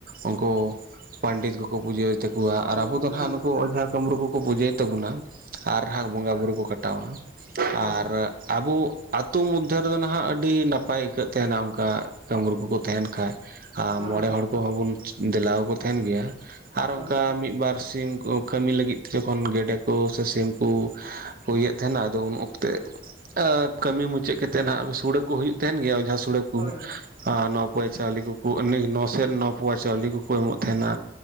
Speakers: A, on the right; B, on the right.
A: ᱩᱱᱠᱩ ᱯᱟᱱᱰᱤᱛ ᱠᱚ ᱠᱚ ᱯᱩᱡᱟᱹ ᱛᱮᱠᱚᱣᱟ
B: ᱦᱳᱭ
A: ᱟᱨ ᱟᱵᱩ
B: ᱦᱮᱸ ᱦᱮᱸ
A: ᱫᱚ
B: ᱦᱮᱸ
A: ᱦᱟᱸᱜ ᱱᱩᱠᱩ
B: ᱦᱮᱸ
A: ᱚᱡᱷᱟ ᱠᱟᱹᱢᱨᱩ ᱠᱚᱠᱚ ᱯᱩᱡᱟᱹᱭ ᱛᱟᱵᱚᱱᱟ ᱟᱨ ᱦᱟᱸ ᱵᱚᱸᱜᱟ ᱵᱩᱨᱩ ᱠᱚ ᱠᱟᱴᱟᱣᱟ ᱟᱨ,
B: ᱦᱳᱭ ᱦᱳᱭ ᱦᱮᱸ
A: ᱟᱵᱚ ᱟᱛᱳ ᱢᱚᱫᱽᱫᱷᱮ ᱨᱮᱫᱚ ᱱᱟᱦᱟᱜ ᱟᱹᱰᱤ ᱱᱟᱯᱟᱭ ᱟᱹᱭᱠᱟᱹᱜ ᱛᱟᱦᱮᱱᱟ ᱚᱱᱠᱟ ᱠᱟᱹᱢᱲᱩ ᱠᱚ ᱠᱚ ᱛᱟᱦᱮᱱ ᱠᱷᱟᱡ ᱟ
B: ᱦᱳᱭ
A: ᱢᱚᱬᱮ ᱦᱚᱲ ᱠᱚᱦᱚᱸ ᱵᱩᱱ ᱫᱮᱞᱟ ᱟᱠᱚᱣᱟ ᱛᱟᱦᱮᱱ ᱜᱮ ᱟᱨ ᱚᱱᱠᱟ
B: ᱦᱳᱭ ᱦᱳᱭ
A: ᱢᱤᱫ ᱵᱟᱨ ᱥᱤᱢ ᱠᱚ ᱠᱟᱹᱢᱤ ᱞᱟᱹᱜᱤᱫ ᱛᱮ ᱡᱚᱠᱷᱚᱱ ᱜᱮᱰᱮ ᱠᱚ ᱥᱮ ᱥᱤᱢ ᱠᱩ ᱦᱩᱭᱮᱫ ᱛᱟᱦᱮᱸᱱᱟ ᱟᱫᱚ ᱩᱱ ᱚᱠᱛᱮ ᱮᱸ ᱠᱟᱹᱢᱤ ᱢᱩᱪᱟᱹᱫ ᱠᱟᱛᱮᱜ ᱱᱟᱦᱟᱜ ᱥᱩᱲᱮ ᱠᱚ ᱦᱩᱭᱩᱜ ᱛᱟᱦᱮᱱ ᱜᱮᱭᱟ ᱚᱡᱷᱟ ᱥᱩᱲᱮ
B: ᱦᱳᱭ ᱦᱳᱭ
A: ᱟᱨ ᱱᱚ ᱯᱚᱭ ᱪᱟᱣᱞᱤ ᱠᱚᱠᱚ <inaudible> ᱱᱚᱥᱮᱫ ᱱᱚᱣ ᱯᱳᱣᱟ ᱪᱟᱣᱞᱤ ᱠᱚᱠᱚ ᱮᱢᱚᱜ ᱛᱟᱦᱮᱱᱟ᱾